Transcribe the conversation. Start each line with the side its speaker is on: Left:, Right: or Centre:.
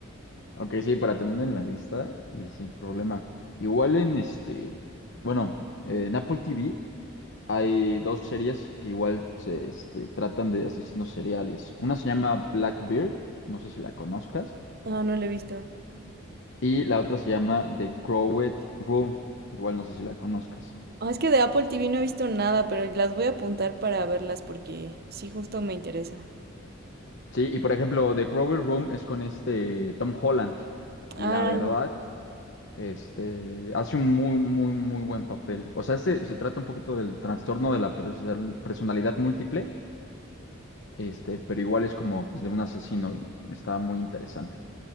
Left: Ok, sí, para tenerla en la lista y sin problema. Igual en este. Bueno, eh, en Apple TV hay dos series que igual se este, tratan de asesinos seriales. Una se llama Blackbeard, no sé si la conozcas.
Right: Ah, no la he visto.
Left: Y la otra se llama The Crowded Room. Igual no sé si la conozcas.
Right: Ah, es que de Apple TV no he visto nada, pero las voy a apuntar para verlas porque sí justo me interesa.
Left: Sí, y por ejemplo, The Crowded Room es con este Tom Holland. Y
Right: Ah,
Left: la verdad, este hace un muy, muy, muy buen papel. O sea, este se trata un poquito del trastorno de la perso- personalidad múltiple. Este, pero igual es como pues, de un asesino y está muy interesante.